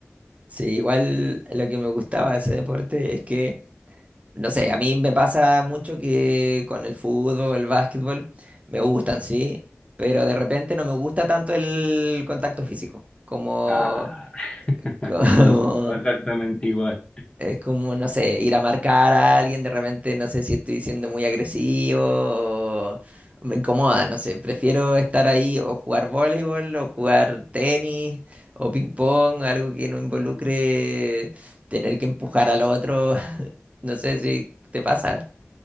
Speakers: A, on the right (about 30°); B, on the left (about 25°).
A: Sí, igual lo que me gustaba de ese deporte es que No sé, a mí me pasa mucho que con el fútbol, el básquetbol, me gustan, sí, pero de repente no me gusta tanto el contacto físico, como,
B: Ah, <laughs>
A: <laughs> como
B: No es exactamente igual.
A: es como, no sé, ir a marcar a alguien, de repente no sé si estoy siendo muy agresivo, o me incomoda, no sé, prefiero estar ahí o jugar voleibol o jugar tenis o ping pong, algo que no involucre tener que empujar al otro, <laughs> no sé si te pasa.